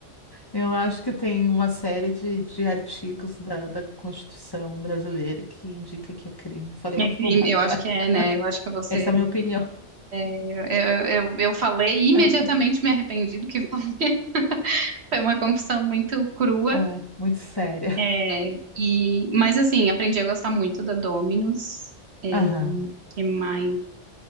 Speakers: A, on the left; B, on the right.
A: Eu acho que tem uma série de, de artigos da, da Constituição brasileira que indica que é crime. Falei
B: É
A: um monte
B: crime,
A: de bobagem
B: eu acho
A: agora.
B: que é, né? Eu acho que você.
A: Essa é a minha opinião.
B: Eu, eu, eu, eu falei e imediatamente
A: <laughs>
B: me arrependi do que falei. <laughs> Foi uma confusão muito crua.
A: É, é, muito séria.
B: É, e, mas assim, aprendi a gostar muito da Domino's. É,
A: Aham. <laughs>
B: que mais?